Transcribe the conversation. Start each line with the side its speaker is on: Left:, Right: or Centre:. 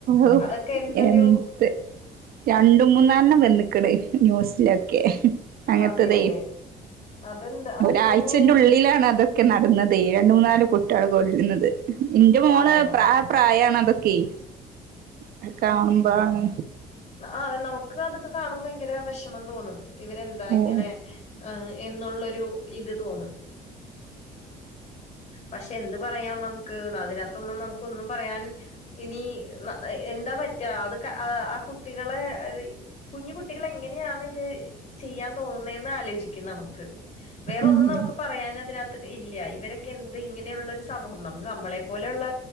Right: ഓ
Left: അതൊക്കെ എന്തൊരു
Right: എന്ത് രണ്ട് മൂന്നാലെണ്ണം വന്നിക്കടെ ന്യൂസിലൊക്കെ അങ്ങനത്തതേ
Left: അതെ അതെ അതെന്താ അതെന്തൊരു
Right: ഒരാഴ്ചന്റെ ഉള്ളിലാണ് അതൊ ക്കെ നടന്നതേ രണ്ട് മൂന്നാല് കുട്ടികളെ കൊല്ലുന്നത് എന്റെ മോള്
Left: അതെ
Right: ആ പ്ര
Left: അതെ
Right: പ്രായമാണ് അതൊക്കെയെ അതൊക്ക കാണുമ്പോളാണ്
Left: ആഹ് നമുക്ക് അതൊക്കെ കാണുമ്പോ ഭയങ്കര വിഷമം തോന്നും ഇവരെന്താ
Right: ഓ
Left: ഇങ്ങനെ ആഹ് എന്നുള്ളൊരു ഇത് തോന്നും പക്ഷെ എന്ത് പറയാം നമുക്ക് അതിനകത്തൊന്നും നമു ക്കൊന്നും പറയാൻ ഇനി എന്താ പറ്റുക അത് കുട്ടികളെ ഇത് കുഞ്ഞ് കുട്ടികളെ എങ്ങനെയാണ് ഇത് ചെയ്യാൻ തോന്നുന്നേന്ന് ആലോചിക്കും നമുക്ക് വേറൊന്നും
Right: ഉം
Left: നമുക്ക് പറയാൻ അതിനകത്ത് ഇല്ല ഇവരൊ ക്കെ എന്ത് ഇങ്ങനെയുള്ള ഒരു സമൂഹം നമ്മ നമ്മളെ പോലെയുള്ള